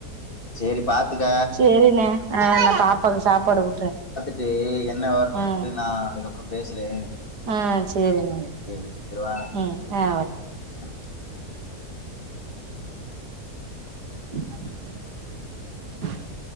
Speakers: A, on the left; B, on the right.
A: சேரி பாத்துக்க
B: சேரிண்ணே ஆ பாப்பாவுக்கு சாப்பாடு ஊட்றே
A: ட்டு எ ன்ன வரணுன்ட்டு
B: ம்
A: நா அதுக்கப் பறோ பேசுறே
B: ஆ சேரிண்ணே
A: சேரி வா
B: உம் ஆ
A: ஆ
B: அ <unintelligible>